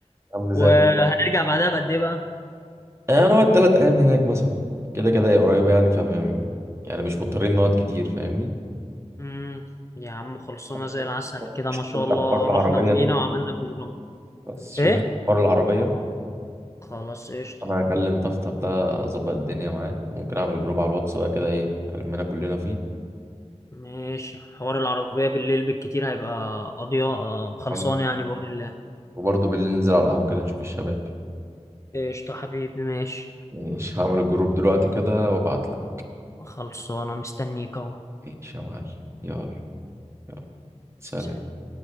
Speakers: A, on the right (about 25°); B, on the left (about 25°).
A: عامل
B: وهنرجع
A: زي
B: بعدها بقد ايه بقى؟
A: هنقعد ثلاث ايام هناك مثلا كده كده هي قريبه يعني فم يعني مش مضطرين نقعد كتير فاهمني
B: امم يا عم خلصانة
A: <laughs>
B: زي العسل كده ما
A: شوف
B: شاء
A: انت
B: الله
A: حوار العربيه
B: رحنا وجينا
A: ده
B: وعملنا بروجرام
A: بس شوف
B: ايه؟
A: انت حوار العربيه
B: خلاص قشطة
A: انا هكلم طفطف ده اظبط الدنيا معاه وممكن اعمل جروب على الواتس بقى كده ايه المنا كلنا فيه
B: ماشي حوار العربية بالليل بالكتير هيبقى قضية آه، خلصانة
A: أم-
B: يعني بقول الله
A: وبرضه بالليل ننزل على القهوه كده نشوف الشباب
B: قشطة حبيبي ماشي
A: مش هعمل الجروب دلوقتي كده وابعت لك
B: خلصانة مستنيك اهو
A: ماشي يا معلم يلا يلا سلام
B: سلام.